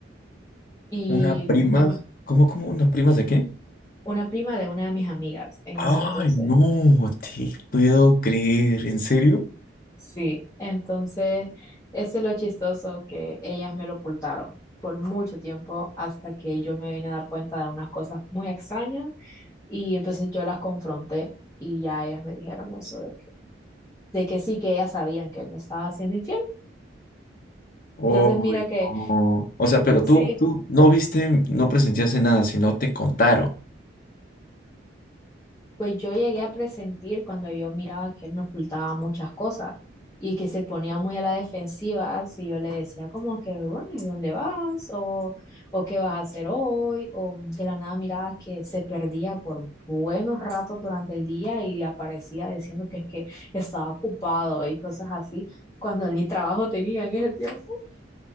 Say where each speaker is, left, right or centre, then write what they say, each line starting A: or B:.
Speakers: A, on the left; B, on the left.
A: y
B: Una prima,
A: no me-
B: ¿Cómo, cómo, unas primas de qué?
A: una prima de una de mis amigas en
B: Ay,
A: ese entonces.
B: no, te puedo creer, ¿en serio?
A: Sí, entonces eso es lo chistoso que ellas me lo ocultaron por mucho tiempo hasta que yo me vine a dar cuenta de unas cosas muy extrañas y entonces yo las confronté y ya ellas me dijeron eso de que, de que sí, que ellas sabían que él me estaba haciendo infiel.
B: uy,
A: Entonces mira que
B: no. O sea, pero
A: sí,
B: tú, tú no viste, no presenciaste nada, sino te contaron.
A: Pues yo llegué a presentir cuando yo miraba que él me ocultaba muchas cosas y que se ponía muy a la defensiva si yo le decía como que, bueno, ¿y dónde vas? O, o ¿qué vas a hacer hoy? O de la nada miraba que se perdía por buenos ratos durante el día y aparecía diciendo que es que estaba ocupado y cosas así, cuando él ni trabajo tenía en ese tiempo.